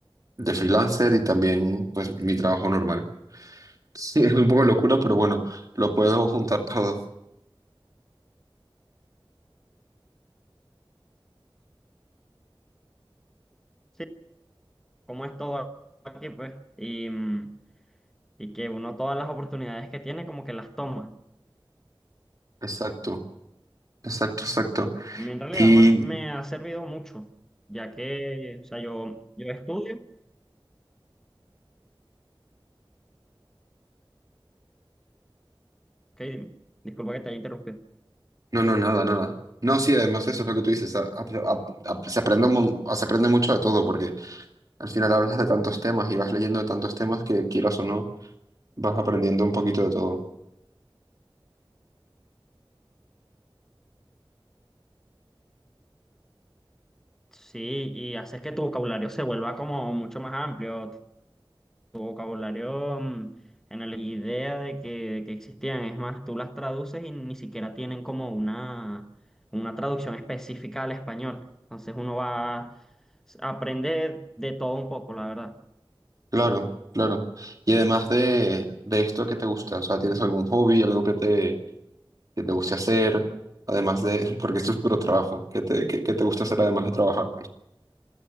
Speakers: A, on the right (about 40°); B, in the centre.
A: de freelancer y también pues mi trabajo normal. <laughs> Sí, es un poco locura, pero bueno, lo puedo juntar todo.
B: Sí, cómo es todo aquí pues y mm, y que uno todas las oportunidades que tiene como que las toma.
A: Exacto, exacto, exacto.
B: A mí en realidad
A: Y
B: ma- me ha servido mucho, ya que, o sea, yo, yo estudio, ok, dime. disculpa que te haya interrumpido.
A: no, no, nada, nada. No, sí, además eso es lo que tú dices, a- a- a- se aprende, un mon- se aprende mucho de todo, porque al final hablas de tantos temas y vas leyendo de tantos temas que quieras o no, vas aprendiendo un poquito de todo.
B: Sí, y haces que tu vocabulario se vuelva como mucho más amplio, tu vocabulario mm, en la idea de que, de que existían, es más, tú las traduces y ni siquiera tienen como una, como una traducción específica al español. Entonces uno va a aprender de todo un poco, la verdad.
A: Claro, claro. Y además de, de esto qué te gusta, o sea, ¿tienes algún hobby, algo que te, que te guste hacer? Además de, porque esto es puro trabajo, ¿qué te, qué, qué te gusta hacer además de trabajar?